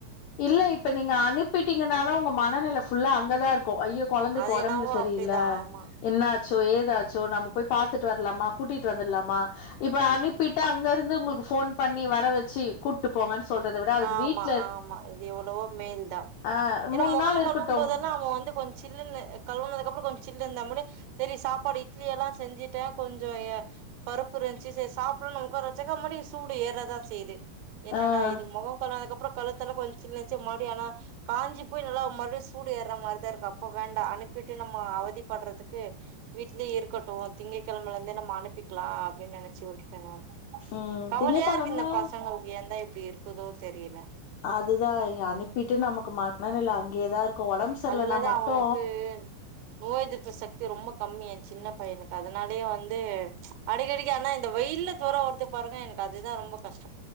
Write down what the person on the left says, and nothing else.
இல்ல இப்ப நீங்க அனுப்பிட்டீங்கனால உங்க மனநிலை புல்லா அங்கதான் இருக்கும் ஐயோ குழந்தைக்கு
உடம்புல
சரியில்ல
என்ன சோ ஏதாச்சோ நம்ம போய் பாத்துட்டு வரலாமா கூட்டிட்டு வந்துடலாமா
இப்ப அனுப்பிட்டு
அங்க இருந்து உங்களுக்கு போன் பண்ணி வர வச்சு கூட்டு போங்க சொல்றத விட அதுக்கு
வீட்டு
ஆ
மூணு
நாள் இருக்கட்டும்
ஆஹ்
ம்
திங்கக்கெழம
அதுதான் இங்க அனுப்பிட்டு நமக்கு மன மன நிலை அங்கேயே தான் இருக்கு ஒடம்பு சரியில்லனா
மட்டு